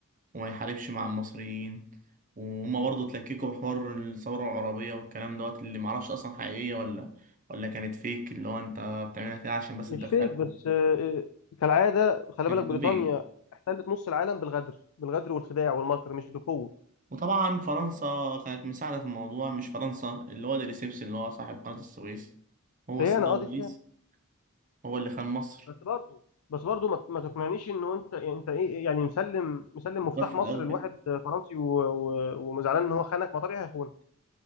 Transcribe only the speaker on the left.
مش
فيك بس آه، آه، كالعاده خلي
بالك بريطانيا
احتلت نص العالم بالغدر بالغدر والخداع والمكر مش بالقوه
خيانه
اه دي خيانه
بس برضو بس برضو ما ما تقنعنيش انه انت انت ايه إيه، يعني مسلم مسلم مفتاح
مصر
لواحد
فرنسي و- و- ومزعلان ان هو خانك ما طبيعي هيخونك